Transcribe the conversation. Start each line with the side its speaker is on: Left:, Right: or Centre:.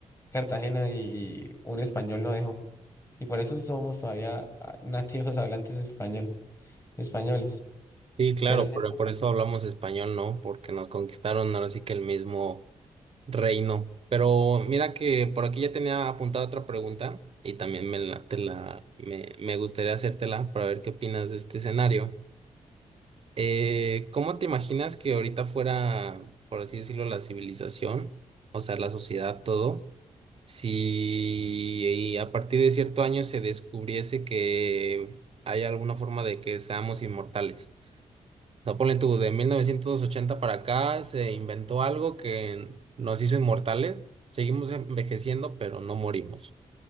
Left: Cartagena y un español no dejó. Y por eso somos todavía ah, nativos hablantes español, españoles.
Right: Sí, claro,
Left: Pero siempre
Right: pero por eso hablamos español, ¿no? Porque nos conquistaron ahora sí que el mismo Reino. Pero mira que por aquí ya tenía apuntada otra pregunta y también me, la, te la, me, me gustaría hacértela para ver qué opinas de este escenario. Eh, ¿cómo te imaginas que ahorita fuera, por así decirlo, la civilización, o sea, la sociedad, todo, si a partir de cierto año se descubriese que hay alguna forma de que seamos inmortales? O sea, ponle tú, de 1980 para acá se inventó algo que nos hizo inmortales. Seguimos envejeciendo, pero no morimos.